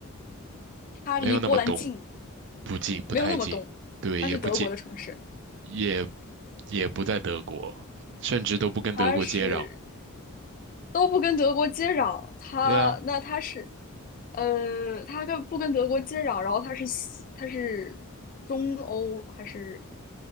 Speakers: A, on the left; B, on the right.
A: 它离波兰近，
B: 没有那么东，不近，不太近，
A: 没有那么东，
B: 对，
A: 它是德国的城市，
B: 也不近。也也不在德国，甚至都不跟德国接壤。
A: 它是都不跟德国接壤，它那它是，
B: 对啊，
A: 呃，它跟不跟德国接壤，然后它是西，它是中欧还是